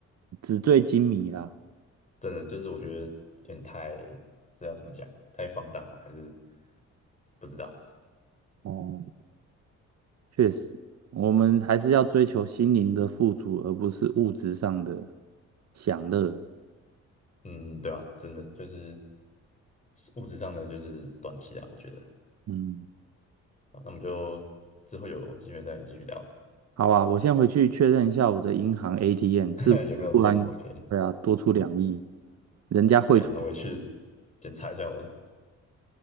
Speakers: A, on the right (about 60°); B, on the left (about 25°).
A: 纸醉金迷啦。
B: 真的就是我觉得有点太，这要怎么讲，太放荡了，还是不知道，
A: 哦，确实，我们还是要追求心灵的富足，而不是物质上的享乐。
B: 嗯，对啊，真的就是物质上的就是短期的，我觉得
A: 嗯，
B: 啊，那我们就之后有机会再继续聊。
A: 好啊，我先回去确认一下我的银行 ATM
B: <laughs>
A: 是不是突然，
B: 有没有中 o k
A: 对啊，多出两亿，人家汇出，
B: 可以啊，那我也去检查一下我的。